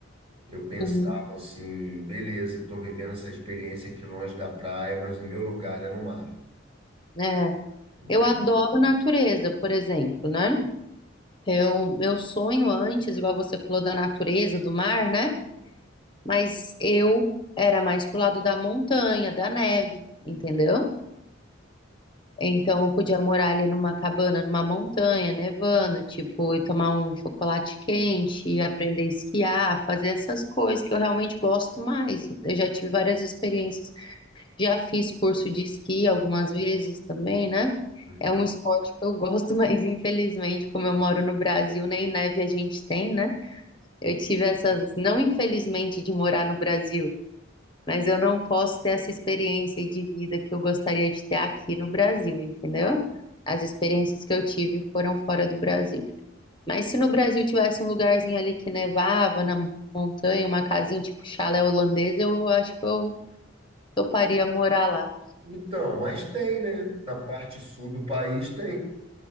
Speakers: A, on the right; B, on the left.
A: eu pensava
B: uhum,
A: assim, beleza, estou vivendo essa experiência aqui longe da praia, mas o meu lugar era o mar,
B: é.
A: entende?
B: Eu adoro natureza, por exemplo, né? Eu, meu sonho antes, igual você falou da natureza, do mar, né? Mas eu era mais pro lado da montanha, da neve, entendeu? Então eu podia morar ali numa cabana, numa montanha, nevando, tipo, e tomar um chocolate quente, e aprender a esquiar, fazer essas coisas que eu realmente gosto mais. Eu já tive várias experiências já fiz curso de esqui algumas vezes também, né?
A: Uhum.
B: É um esporte que eu gosto, <laughs> mas infelizmente, como eu moro no Brasil, nem neve a gente tem, né? Eu tive essas, não infelizmente de morar no Brasil, mas eu não posso ter essa experiência de vida que eu gostaria de ter aqui no Brasil, entendeu? As experiências que eu tive foram fora do Brasil. Mas se no Brasil tivesse um lugarzinho ali que nevava na montanha, uma casinha tipo chalé holandês, eu acho que eu toparia morar lá.
A: Então, mas tem, né? Na parte sul do país tem.